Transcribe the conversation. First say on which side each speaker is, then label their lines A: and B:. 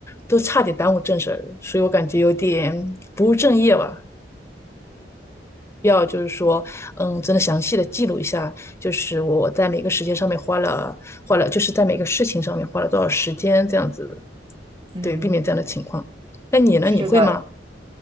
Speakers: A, on the left; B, on the right.
A: 都差点耽误正事儿，所以我感觉有点不务正业吧。必要就是说，嗯，真的详细的记录一下，就是我在每个时间上面花了花了，就是在每个事情上面花了多少时间这样子，
B: 嗯，
A: 对，避免这样的情况。那你呢？
B: 是的，
A: 你会吗？